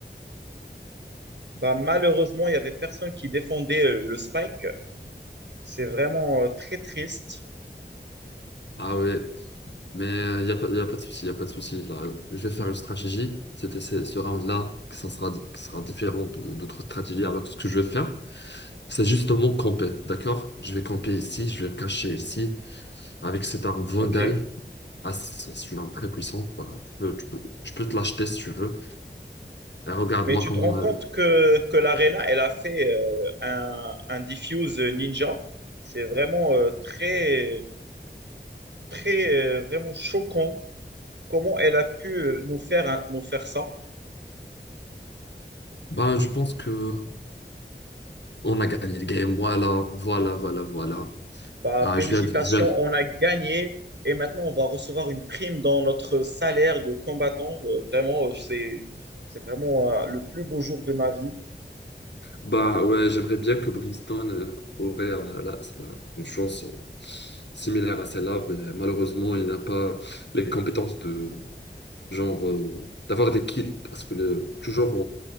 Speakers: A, on the right (about 75°); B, on the left (about 70°).
A: Bah, malheureusement, il y avait personne qui défendait euh, le spike. C'est vraiment euh, très triste.
B: Ah ouais. Mais il n'y a, pas y a pas de souci, il n'y a pas de souci. Là, je vais faire une stratégie. C'était ce ce round-là qui s'en sera, qui sera différent de- d'autres stratégies. Alors, ce que je vais faire, c'est justement camper. D'accord? Je vais camper ici, je vais me cacher ici avec cet arme Vandal.
A: Ok.
B: Ah, c'est c'est une arme très puissante. Voilà, tu peux, tu peux, je peux te l'acheter si tu veux. Et regarde-moi
A: Mais tu
B: comment.
A: te rends compte
B: euh,
A: que, que l'Arena, elle a fait euh, un, un diffuse ninja. C'est vraiment euh, très très euh, vraiment choquant comment elle a pu euh, nous faire, un- nous faire ça.
B: Ben, je pense que on a gagné le game. Voilà, voilà, voilà, voilà.
A: Bah,
B: Ah,
A: félicitations,
B: je viens, de- je viens,
A: on a gagné et maintenant on va recevoir une prime dans notre salaire de combattant. Euh, vraiment, euh, c'est, c'est vraiment euh, le plus beau jour de ma vie.
B: Bah ouais, j'aimerais bien que Brimstone euh, aurait euh, là, c'est là, une chance euh, similaire à celle-là, mais malheureusement, il n'a pas les compétences de genre euh, d'avoir des kills parce que le- toujours